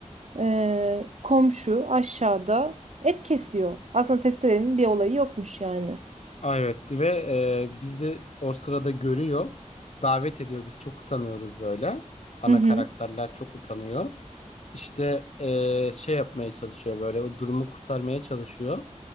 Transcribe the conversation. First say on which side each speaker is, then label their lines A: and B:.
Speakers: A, on the right; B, on the left.
A: e, komşu aşağıda et kesiyor. Aslında testerenin bir olayı yokmuş yani.
B: Aa, Evet ve e, bizi o sırada görüyor. Davet ediyor. Biz çok utanıyoruz böyle. Ana
A: Hı hı.
B: karakterler çok utanıyor. işte eee, şey yapmaya çalışıyor böyle o durumu kurtarmaya çalışıyor.